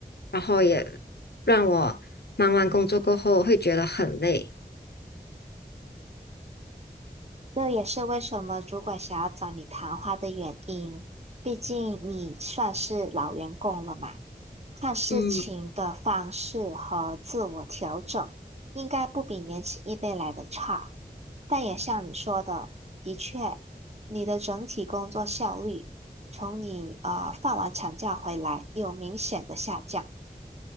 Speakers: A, on the left; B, on the right.
A: 然后也让我忙完工作过后会觉得很累。
B: 这也是为什么主管想要找你谈话的原因。毕竟你算是老员工了嘛，看事情的方式和自我调整，
A: 嗯。
B: 应该不比年轻一辈来的差。但也像你说的，的确，你的整体工作效率从你呃放完产假回来有明显的下降。